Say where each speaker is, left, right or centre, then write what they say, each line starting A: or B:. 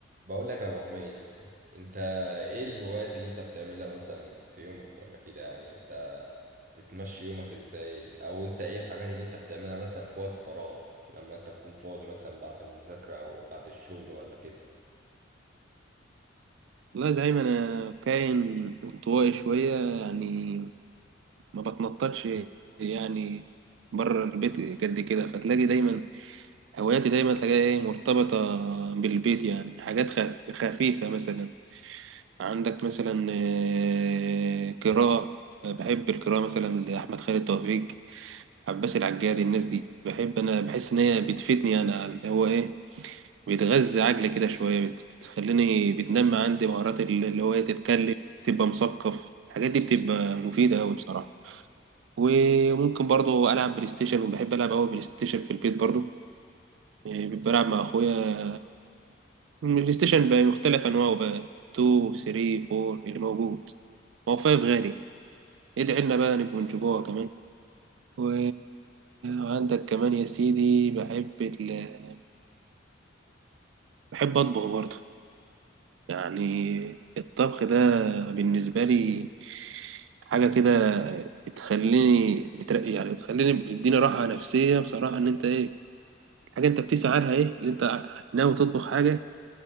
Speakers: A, on the right; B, on the right.
A: بقول لك يا ابو حميد انت ايه الهوايات اللي انت بتعملها مثلا في يومك ولا كده يعني انت بتمشي يومك ازاي او انت ايه الحاجات اللي انت بتعملها مثلا في وقت فراغك لما انت تكون فاضي مثلا بعد المذاكرة او بعد الشغل ولا كده
B: والله زعيم انا كائن انطوائي شويه يعني ما بتنططش يعني بره البيت قد كده فتلاقي دايما هواياتي دايما تلاقيها ايه مرتبطه بالبيت يعني حاجات خف خفيفه مثلا عندك مثلا آه، قراءه بحب القراءه مثلا لاحمد خالد توفيق عباس العجاد الناس دي بحب انا بحس ان هي بتفيدني انا اللي هو ايه بيتغذى عقلي كده شوية بت- بتخليني بتنمي عندي مهارات ال- اللي هو إيه، تتكلم تبقى مثقف الحاجات دي بتبقى مفيدة أوي بصراحة وممكن برضو ألعب بلاي ستيشن وبحب ألعب أوي بلاي ستيشن في البيت برضو إيه، بلعب مع أخويا البلاي ستيشن بقى مختلف أنواعه بقى 2 3 4 اللي موجود هو 5 غالي ادعي لنا بقى نبقوا نجيبوها كمان و- وعندك كمان يا سيدي بحب ال... بحب أطبخ برضو يعني الطبخ ده بالنسبة لي حاجة كده بتخليني بترقي يعني بتخليني بتديني راحة نفسية بصراحة إن أنت إيه حاجة أنت بتسعى لها إيه اللي أنت ناوي تطبخ حاجة